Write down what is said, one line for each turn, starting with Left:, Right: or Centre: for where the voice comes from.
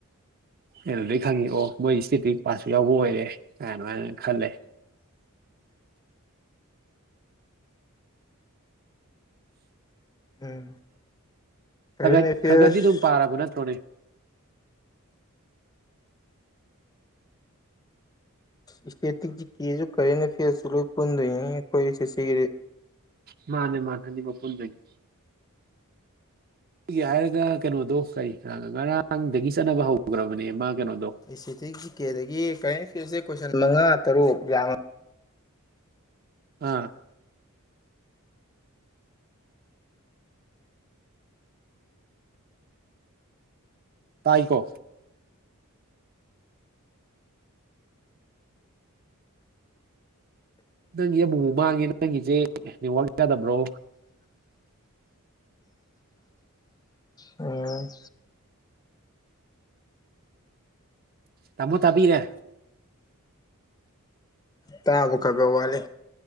Right: ꯀꯩꯅꯗꯗꯒꯤ ꯈꯪꯉꯤ ꯑꯣ ꯃꯣꯏ ꯏꯁꯇꯤꯇꯤ ꯄꯥꯠꯁꯨ ꯌꯥꯎꯕ ꯑꯣꯏꯔꯦ ꯀ ꯑꯗꯨꯃꯥꯏꯅ ꯈꯜꯂꯦ
Left: ꯎꯝ ꯀꯔꯦꯟ
Right: ꯈꯠ
Left: ꯑꯦꯐꯤꯌꯔꯁ
Right: ꯈꯒꯠꯗꯤ ꯑꯗꯨꯝ ꯄꯥꯔꯕ ꯅꯠꯇ꯭ꯔꯅꯦ
Left: ꯏꯁꯇꯦꯇꯤꯛꯁꯤꯖꯤ ꯀꯁꯨ ꯀꯔꯤꯦꯅ ꯐꯤꯦꯔꯁꯤ ꯄꯨꯟꯗꯣꯏꯏ ꯑꯩꯈꯣꯏꯁ ꯁꯤꯒꯤ
Right: ꯃꯥꯅꯦ ꯃꯥꯅꯦ ꯍꯥꯏꯗꯤ ꯃꯄꯨꯟꯗꯒꯤ ꯑꯩꯒꯤ ꯍꯥꯏꯔꯒ ꯀꯩꯅꯣꯗꯣ ꯀꯔꯤ ꯉꯔꯥꯡꯗꯒꯤ ꯆꯠꯅꯕ ꯍꯧꯈ꯭ꯔꯕꯅꯦ ꯃꯥ ꯀꯩꯅꯣꯗꯣ
Left: ꯑꯦꯁꯦꯇꯤꯛ ꯖꯤ ꯀꯦꯗꯒꯤ ꯀꯔꯦꯟ ꯑꯦꯐꯤꯌꯔꯁꯁꯦ ꯀꯣꯏꯁꯟ ꯃꯉꯥ ꯇꯔꯨꯛ ꯌꯥꯝꯉ
Right: ꯑꯥ ꯇꯥꯏꯀꯣ ꯅꯪꯒꯤ ꯑꯃꯨꯛ ꯃꯥꯡꯉꯦ ꯅꯪꯒꯤꯁꯦ ꯅꯦꯠꯋꯥꯛ ꯌꯥꯗꯕ꯭ꯔꯣ
Left: ꯎꯝ
Right: ꯇꯃꯣ ꯇꯕꯤꯔꯦ
Left: ꯇꯔꯥꯕ ꯀꯒ ꯋꯥꯦ